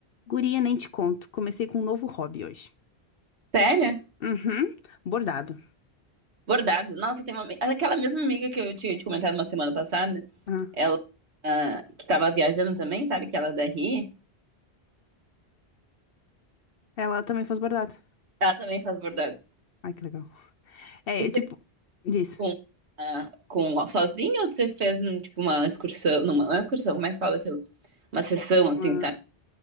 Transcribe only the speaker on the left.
Guria, nem te conto. Comecei com um novo hobby hoje.
Uhum. Bordado.
Aham.
Ela também faz bordado.
Ai, que legal. É,
é tipo, diz.
Uma...